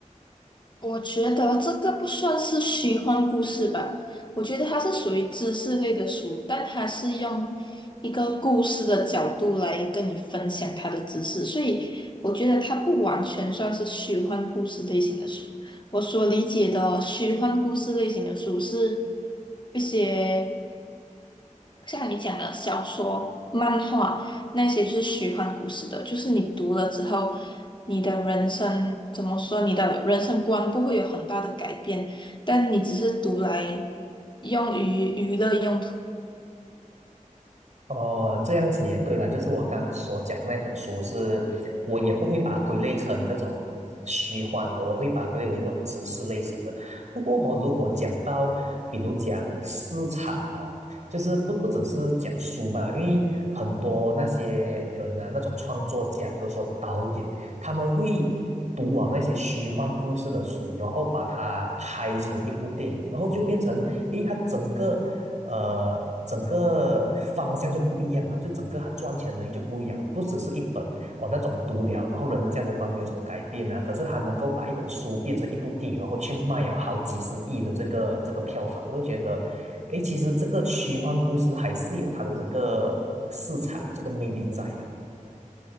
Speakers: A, on the left (about 35°); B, on the right (about 60°).
A: 我觉得这个不算是虚幻故事吧，我觉得它是属于知识类的书，但它是用一个故事的角度来跟你分享它的知识，所以我觉得它不完全算是虚幻故事类型的书。我所理解的虚幻故事类型的书是一些。像你讲的小说、漫画那些，就是虚幻故事的，就是你读了之后，你的人生怎么说，你的人生观不会有很大的改变，但你只是读来用于娱乐用
B: 哦，这样子也对了，就是我刚刚所讲的那本书是，我也不会把它归类成这种虚幻，我会把它归类为那种知识类型的。不过哦，如果讲到，比如讲市场哦，就是不不只是讲书吧，因为很多那些人啊，那种创作家，比如说导演，他们会读完那些虚幻故事的书，然后把它拍成一部电影，然后就变成，诶，它整个。呃，整个方向就不一样了，就整个他赚钱能力就不一样了，不只是一本哦那种读了，然后人的价值观没有什么改变啊，可是他能够把一本书变成一部电影，然后去卖了好几十亿的这个这个票房，我就觉得，诶，其实这个虚幻故事还是有它的这个市场，有这个魅力在的。